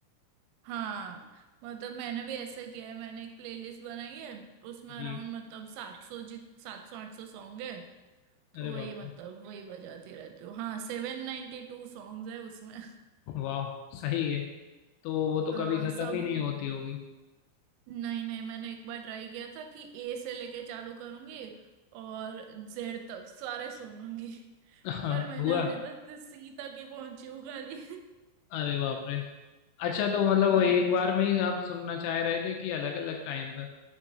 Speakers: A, on the right (about 85°); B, on the left (about 80°).
A: हाँ मतलब मैंने भी ऐसा किया है मैंने एक प्लेलिस्ट बनाई है उसमें अराउंड
B: जी
A: मतलब सात सौ जित सात सौ आठ सौ सॉन्ग है तो
B: अरे
A: वही
B: बाप रे
A: मतलब वही बजाती रहती हूँ हाँ सेवन नाइन्टी टू सॉन्ग्स है उसमें
B: वाह सही है तो वो तो
A: हाँ
B: कभी खत्म
A: सब
B: ही नहीं होती होगी
A: नहीं नहीं मैंने एक बार ट्राई किया था कि ए से लेके चालू करूंगी और जेड तक सारे सुनूंगी
B: हाँ
A: पर मैंने
B: हुआ
A: अभी तक सी तक ही पहुंची हूँ खाली
B: अरे बाप रे अच्छा तो मतलब
A: हाँ
B: वो एक बार में ही आप सुनना चाह रहे थे कि अलग अलग टाइम पर